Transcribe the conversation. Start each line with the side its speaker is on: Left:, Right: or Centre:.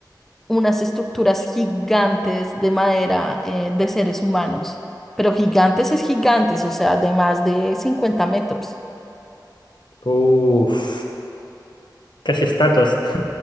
Centre: unas estructuras gigantes de madera eh, de seres humanos. Pero gigantes es gigantes, o sea, de más de 50 metros.
Left: Uff. Casi estatuas. <laughs>